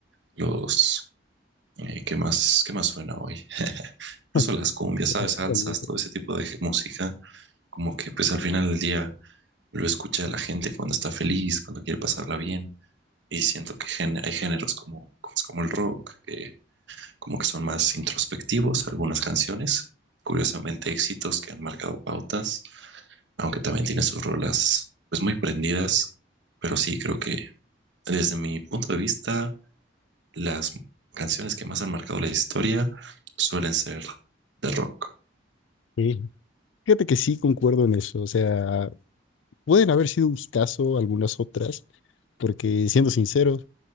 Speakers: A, on the right (about 65°); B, on the left (about 80°).
A: los eh, ¿qué más, qué más suena hoy? <laughs> Incluso
B: <laughs>
A: las cumbias, ¿sabes? Salsas,
B: Obviamente.
A: todo ese tipo de música, como que pues al final del día lo escucha la gente cuando está feliz, cuando quiere pasarla bien. Y siento que gen- hay géneros como, pues, como el rock, que como que son más introspectivos algunas canciones, curiosamente éxitos que han marcado pautas, aunque también tiene sus rolas pues muy prendidas, pero sí creo que desde mi punto de vista las canciones que más han marcado la historia suelen ser de rock.
B: Sí. Fíjate que sí concuerdo en eso, o sea, pueden haber sido un caso algunas otras, porque siendo sinceros,